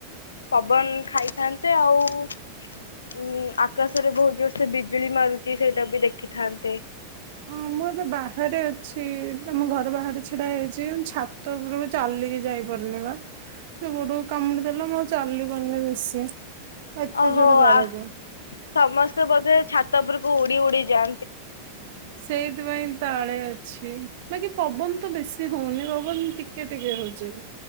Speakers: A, on the left (about 70°); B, on the right (about 50°).
A: ପବନ ଖାଇଥାନ୍ତେ ଆଉ ଉଁ ଆକାଶରେ ବହୁତ ଜୋର ସେ ବିଜୁଳି ମାରୁଛି ସେଇଟା ବି ଦେଖିଥାନ୍ତେ।
B: ହଁ ମୁଁ ଏବେ ବାହାରେ ଅଛି ଆମ ଘର ବାହାରେ ଛିଡା ହେଇଛି ଛା ଛାତ ଉପରକୁ ଚାଲିକି ଯାଇପାରୁନି ବା ସେ ଗୋଡକୁ କାମୁଡି ଦେଲା ମୁଁ ଆଉ ଚାଲି ପାରୁନି ବେଶୀ। ଏତେ
A: ଓହୋ
B: ଜୋରେ ଦରଜ।
A: ଆ ସମସ୍ତେ ବୋଧେ ଛାତ ଉପରକୁ ଉଡି ଉଡି ଯାଆ
B: ସେଇ ସେଥିପାଇଁ ତଳେ ଅଛି ବାକି ପବନ ତ ବେଶୀ ହଉନି ପବନ ଟିକେ ଟିକେ ହଉଛି।